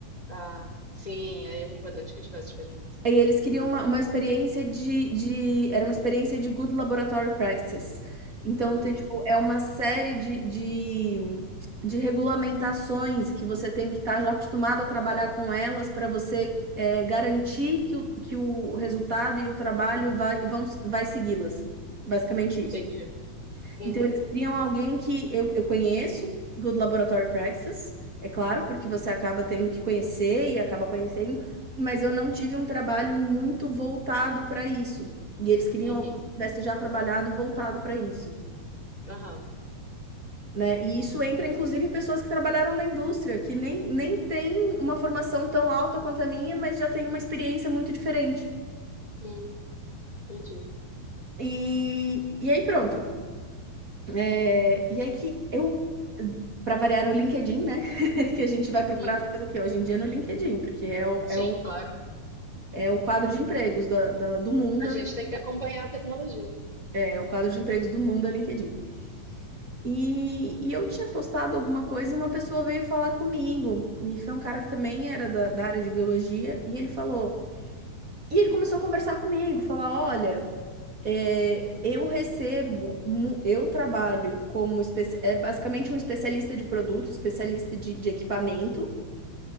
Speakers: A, on the left (about 15°); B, on the right (about 30°).
A: Tá. Sim, aí era importante que tivesse experiência.
B: aí eles queriam uma, uma experiência de, de. Era uma experiência de Good Laboratory Practices. Então,
A: Uhum.
B: tem, tipo, é uma série de, de, de regulamentações que você tem que estar já acostumado a trabalhar com elas para você é, garantir que o, que o resultado e o trabalho vai, vão, vai segui-las. Basicamente
A: Entendi.
B: isso.
A: Uhum.
B: Então, eles criam alguém que eu, eu conheço, Good Laboratory Practices, é claro, porque você acaba tendo que conhecer e acaba conhecendo, mas eu não tive um trabalho muito voltado para isso. E eles queriam
A: Uhum.
B: alguém que tivesse já trabalhado voltado para isso,
A: Aham.
B: né? E isso entra, inclusive, pessoas que trabalharam na indústria, que nem, nem tem uma formação tão alta quanto a minha, mas já tem uma experiência muito diferente.
A: Hum, Entendi.
B: E, e aí, pronto. É, e aí que eu, para variar no LinkedIn, né? <laughs> Que a gente vai
A: Uhum.
B: procurar as coisas o quê? Hoje em dia no LinkedIn, porque é o,
A: Sim,
B: é o,
A: claro.
B: é o quadro de empregos da- da- do mundo,
A: A
B: é
A: gente
B: o
A: tem que acompanhar a tecnologia.
B: é o quadro de empregos do mundo é o LinkedIn. E, e eu tinha postado alguma coisa e uma pessoa veio falar comigo. E foi um cara que também era da, da área de biologia, e ele falou. E ele começou a conversar comigo, falar: olha. É, eu recebo, mu- eu trabalho como espe- é basicamente um especialista de produto, especialista de, de equipamento.